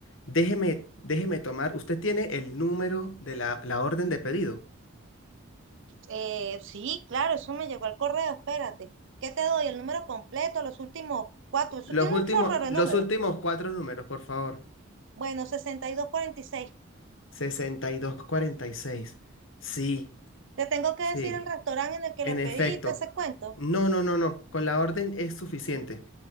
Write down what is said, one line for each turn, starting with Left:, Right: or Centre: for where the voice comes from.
Left: Déjeme, déjeme tomar, usted tiene el número de la, la orden de pedido.
Right: Eh, sí, claro, eso me llegó al correo, espérate. ¿Qué te doy? El número completo, los últimos cuatro. Eso
Left: Los
Right: tiene
Left: últimos,
Right: un chorro de
Left: los
Right: números.
Left: últimos cuatro números, por favor.
Right: Bueno, sesenta y y dos cuarenta y seis
Left: Sesenta y y dos cuarenta y seis. Sí,
Right: Te tengo que
Left: sí,
Right: decir el restaurante en el que
Left: en
Right: lo pedí,
Left: efecto.
Right: y todo ese cuento.
Left: No, no, no, no, con la orden es suficiente.